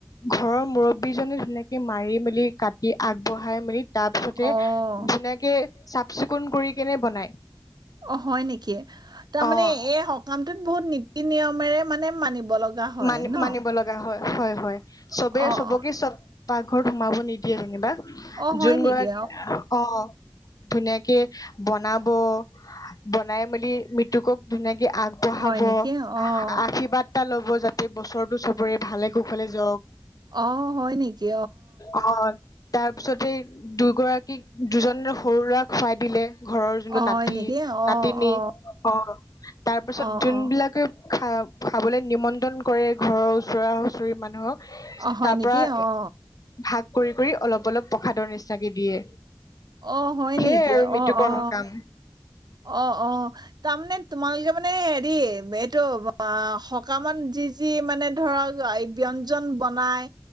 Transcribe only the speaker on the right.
অ',
অ হয় নেকি? তাৰমানে
এই সকামটোত বহুত নি- ই নিয়মেৰে মানে মানিব হয়
ন?
অ',
অ', হয়
নেকি?
হয় নেকি? অ',
অ', হয় নেকি?
অ',
হয় নেকি? অ',
অ'।
অ
অ
অ হয়
নেকি
অ
অ হয়
নেকি
অ অ
অ অ তাৰমানে তোমালোকে মানে হেৰি এইটো অ সকামত যি যি মানে ধৰক এই ব্যঞ্জন বনাই